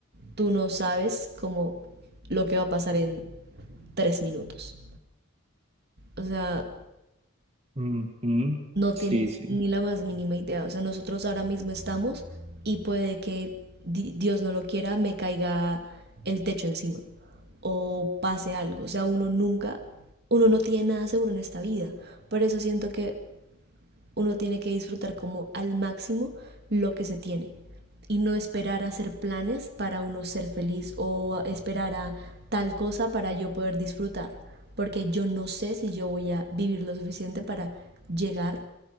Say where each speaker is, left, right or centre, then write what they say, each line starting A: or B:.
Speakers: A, on the right; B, on the right.
A: tú no sabes como lo que va a pasar en tres minutos. O sea,
B: Ujú.
A: No tienes
B: Sí, sí.
A: ni la más mínima idea. O sea, nosotros ahora mismo estamos y puede que di- Dios no lo quiera, me caiga el techo encima o pase algo. O sea, uno nunca, uno no tiene nada seguro en esta vida. Por eso siento que uno tiene que disfrutar como al máximo lo que se tiene y no esperar a hacer planes para uno ser feliz o a- esperar a tal cosa para yo poder disfrutar. Porque yo no sé si yo voy a vivir lo suficiente para llegar